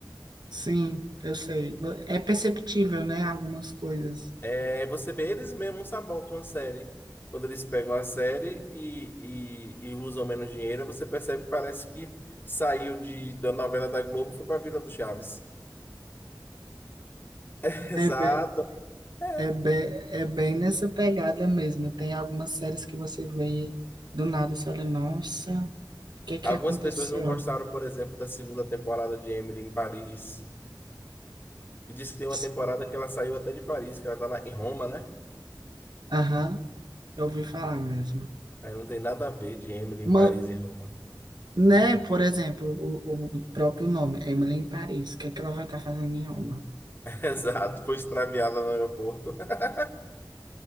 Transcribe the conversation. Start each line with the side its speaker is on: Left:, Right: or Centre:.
Right: Sim, eu sei. É perceptível, né? Algumas coisas.
Left: Aí você vê eles mesmos sabotam a série. Quando eles pegam a série e, e, e usam menos dinheiro, você percebe que parece que saiu de, da novela da Globo e foi para Vila do Chaves. <laughs> Exato.
Right: É, be,
Left: É.
Right: é, be, é bem nessa pegada mesmo. Tem algumas séries que você vê e do nada, você olha, nossa, o que é que
Left: Algumas
Right: aconteceu?
Left: pessoas não gostaram, por exemplo, da segunda temporada de Emily em Paris. E disse que tem uma
Right: S-
Left: temporada que ela saiu até de Paris, que ela tá lá em Roma, né?
Right: Aham, eu ouvi falar mesmo.
Left: Aí não tem nada a ver de Emily em
Right: Uma,
Left: Paris e Roma.
Right: né, por exemplo, o, o próprio nome, Emily em Paris. O que é que ela vai estar fazendo em Roma?
Left: <laughs> Exato, foi extraviada no aeroporto. <laughs>